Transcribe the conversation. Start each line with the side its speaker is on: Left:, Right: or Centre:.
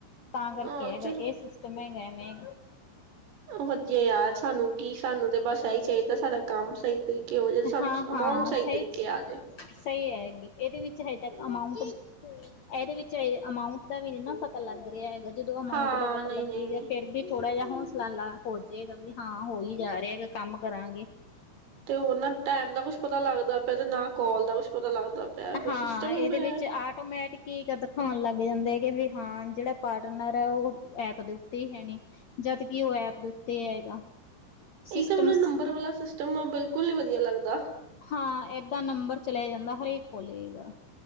Left: ਤਾਂ ਕਰਕੇ
Right: ਹਾਂ
Left: ਹੈਗਾ
Right: ਚਲੋ
Left: ਇਹ ਸਿਸਟਮ ਹੈਗਾ ਵੇਂ
Right: ਵਧੀਆ ਯਾਰ ਸਾਨੂੰ ਕੀ ਸਾਨੂੰ ਤੇ ਬਸ ਇਹੀ ਚਾਹੀਦਾ ਸਾਡਾ ਕੰਮ ਸਹੀ ਤਰੀਕੇ ਹੋ ਜਾਏ ਸਾਨੂੰ
Left: ਹਾਂ ਹਾਂ
Right: ਅਮਾਊਂਟ
Left: ਸਹੀ
Right: ਤਰੀਕੇ
Left: ਚ
Right: ਆ ਜੇ
Left: ਸਹੀ ਹੈਗੀ ਇਹਦੇ ਵਿੱਚ ਅਮਾਊਟ ਇਹਦੇ ਵਿੱਚ ਏ ਅਮਾਊਂਟ ਦਾ ਵੀ ਨ ਨਾ ਪਤਾ ਲੱਗ ਰਿਹਾ ਹੈਗਾ ਜਦੋਂ ਅਮਾਊਂਟ
Right: ਹਾਂ
Left: ਦਾ ਪਤਾ
Right: ਨਹੀਂ
Left: ਲੱਗੇਗਾ
Right: ਨਹੀਂ ਨਹੀਂ
Left: ਫਿਰ ਵੀ ਥੋੜਾ ਜਿਹਾ ਹੌਸਲਲਾ ਹੋ ਜਾਏਗਾ ਵੀ ਹਾਂ ਹੋਈ ਜਾ ਰਿਹਾ ਕੰਮ ਕਰਾਂਗੇ
Right: ਤੇ ਉਹ ਨਾ ਟਾਈਮ ਦਾ ਕੁੱਛ ਪਤਾ ਲੱਗਦਾ ਪਿਆ ਤੇ ਨਾ ਕੋਲ ਦਾ ਕੁੱਛ ਪਤਾ ਲੱਗਦਾ ਪਿਆ ਕੁਛ
Left: ਹਾਂ
Right: ਸਿਸਟਮ
Left: ਇਹਦੇ
Right: ਹੀ ਪਿਆ।
Left: ਵਿੱਚ ਆਟੋਮੈਟਿਕ ਹੀ ਦਿਖਾਉਣ ਲੱਗ ਜਾਂਦੇ ਹੈਗੇ ਵੀ ਹਾਂ ਜਿਹੜਾ ਪਾਰਟਨਰ ਹੈ ਉਹ ਐਪ ਦੇ ਉੱਤੇ ਹੀ ਹੈਨੀ ਜਦਕਿ ਉਹ ਐਪ ਦੇ ਉੱਤੇ ਹੈਗਾ।
Right: ਇਹ
Left: ਸਿਸਟਮ
Right: ਤਾਂ ਮੈਨੂੰ ਨੰਬਰ ਵਾਲਾ ਸਿਸਟਮ ਆ ਬਿਲਕੁਲ ਨੀ ਵਧੀਆ ਲੱਗਦਾ।
Left: ਹਾਂ ਏਦਾਂ ਨੰਬਰ ਚਲਿਆ ਜਾਂਦਾ ਹਰੇਕ ਕੋਲੇ ਹੈਗਾ।